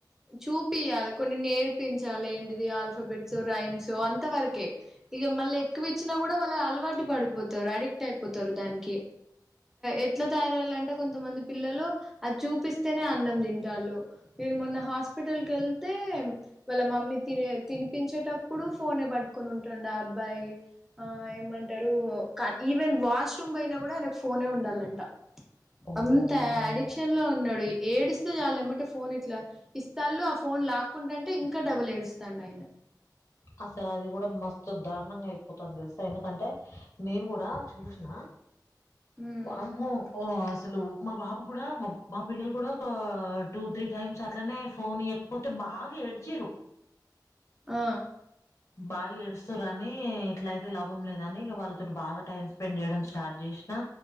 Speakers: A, in the centre; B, on the left.
A: చూపియాలి కొన్ని నేర్పించాల ఏంటిది ఆల్ఫాబెట్స్ రైమ్ అంత వరకే ఇ మళ్ళ ఎక్కువ ఇచ్చిన కూడా అలవాటు పడిపోతారు అడిక్ట్ అయిపోతారు దానికి ఎట్లా తయారయాలింటే కొంతమంది పిల్లలు అది చూపిస్తేనే అన్నం తింటారు నేను మొన్న హాస్పిటల్ కి వెళ్తే వాళ్ళ మమ్మీ త తినిపించేటప్పుడు ఫోన్ పట్టుకు ఉంటం అబ్బాయి ఆ ఏమంటారు ఈవెన్ వాష్రూమ్ పయినా కూడా ఫోనే ఉండాలంట
B: ఓమ్మో!
A: అంత అడిక్షన్ లో ఉన్నాడు ఏడిస్తే చాల ఏమంటే ఫోన్ ఇట్లా ఇస్తాళ్ళు ఆ ఫోన్ లాక్కుంటంటే ఇంకా డబల్ ఏడుస్తాండి ఆయన
B: అసలు అది కూడా మస్తు దారుణంగా అయిపోతుంది తెలుసా ఎందుకంటే నేను కూడా చూసిన
A: హ్మ్
B: వామ్మో అసలు మా బాబు కూడా మా పిల్లలు కూడా ఒక టూ త్రీ టైమ్స్ అట్లనే ఫోన్ ఇయ్వకపోతే బాగా ఏడ్చీరు
A: ఆ
B: బాగా ఏడుస్తారని ఇట్ల అయితే లాభం లేదని ఇక వాళ్ళతో బాగా టైమ్ స్పెండ్ చేయడం స్టార్ట్ చేసినా